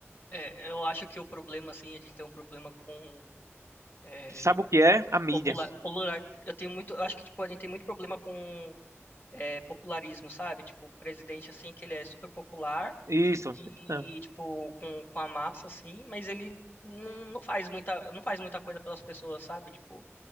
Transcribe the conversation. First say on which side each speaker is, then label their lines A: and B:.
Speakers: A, on the left; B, on the right.
A: é, eu acho que o problema, assim, é de ter um problema com é,
B: Sabe o que é? A mídia.
A: popular, popular. Eu tenho muito, eu acho que tipo a gente tem muito problema com é, popularismo, sabe? Tipo, o presidente assim que ele é super popular.
B: Isso.
A: e
B: É,
A: tipo com, com a massa assim, mas ele não, não faz muita não faz muita coisa pelas pessoas, sabe? Tipo,